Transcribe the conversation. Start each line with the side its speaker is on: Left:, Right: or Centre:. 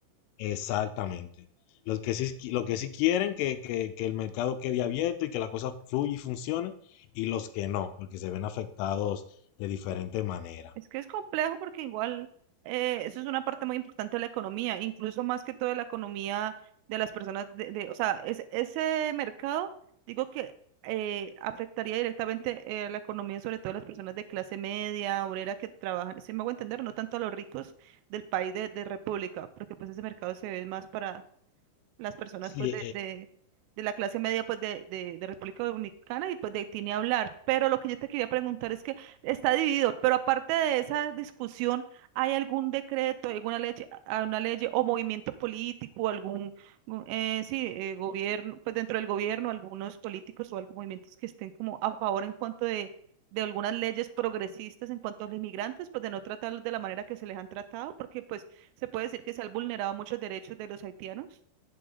Left: exactamente, los que sí, qui- lo que sí quieren que, que- que el mercado quede abierto y que la cosa fluya y funcione, y los que no, porque se ven afectados de diferente manera.
Right: Es que es complejo porque igual eh, eso es una parte muy importante de la economía, incluso más que todo de la economía de las personas, de, de- o sea, es- ese mercado, digo que eh, afectaría directamente eh, la economía, sobre todo a las personas de clase media, obrera que trabajan, si me hago entender, no tanto a los ricos del país de, de República, porque pues ese mercado se ve más para las personas
Left: Sí,
Right: pues de,
Left: eh,
Right: de, de la clase media pues de, de, de República Dominicana y pues de Haití ni hablar. Pero lo que yo te quería preguntar es que está dividido, pero aparte de esa discusión, ¿hay algún decreto, alguna ley, una ley o movimiento político, algún, gu- eh, sí, eh, gobierno, pues dentro del gobierno, algunos políticos o algunos movimientos que estén como a favor en cuanto de... de algunas leyes progresistas en cuanto a los inmigrantes, pues de no tratarlos de la manera que se les han tratado, porque pues se puede decir que se han vulnerado muchos derechos de los haitianos.